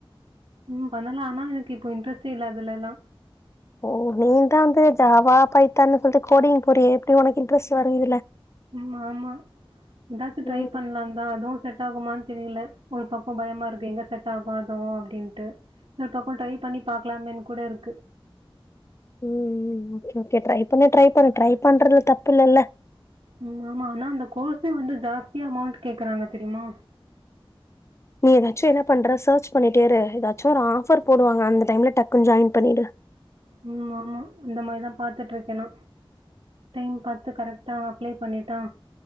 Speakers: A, on the right; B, on the left.
A: ம் பண்ணலா ஆனா எனக்கு இப்ப இன்ட்ரெஸ்ட்டே அதுல எல்லாம்
B: ஓ நீ தா வந்து ஜாவா பைத்தான்னு சொல்ட்டு கோடிங் போறியே எப்டி ஒனக்கு இன்ட்ரெஸ்ட் வரும் இதுல
A: ம் ஆமா எதாச்சும் ட்ரை
B: ம்
A: பண்ணலான் தா அதுவும் செட் டாகுமான் தெரியல ஒரு பக்கம் பயமா இருக்கு எங்க செட்டாகுமோ ஆதோ அப்டின்ட்டு ஒரு பக்கம் ட்ரை பண்ணி பாக்கலாமேன்னு கூட இருக்கு
B: ம் ம் ம் கேக்கற இப்பமே ட்ரை பண்ணு ட்ரை பண்றதுல தப்பு இல்லல்ல
A: ம் ஆமா ஆனா அந்த கோர்ஸே வந்து ஜாஸ்தியா அமௌண்ட்டு கேக்கறாங்க தெரியுமா
B: நீ எதாச்சும் என்ன பண்ற சர்ச் பண்ணிட்டே இரு எதாச்சும் ஒரு ஆஃபர் போடுவாங்க அந்த டைம்ல டக்குன் ஜாயின் பண்ணிடு
A: ம் ஆமா இந்த மாரிதா பாத்துட்டு இருக்கே நா டைம் பாத்து கரெட்டா அப்ளை பண்ணிட்டா